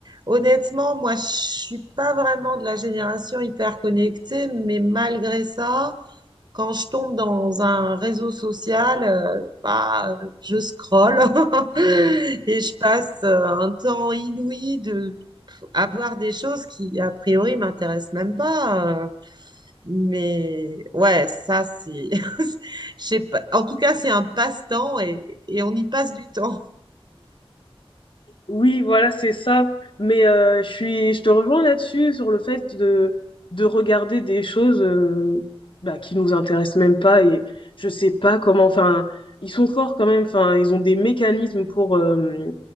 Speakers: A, on the right; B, on the left.
A: Honnêtement, moi, je suis pas vraiment de la génération hyper connectée, mais malgré ça, Quand je tombe dans un réseau social, euh, bah, je scrolle <laughs> et je passe euh, un temps inouï de à voir des choses qui, a priori, m'intéressent même pas. euh, mais ouais, ça, c'est... <laughs> je sais pas. En tout cas, c'est un passe-temps et, et on y passe du temps.
B: Oui, voilà, c'est ça. Mais euh, je suis, je te rejoins là-dessus, sur le fait de, de regarder des choses euh, bah, qui nous intéressent même pas. Et je sais pas comment, enfin, ils sont forts quand même, enfin, ils ont des mécanismes pour, euh,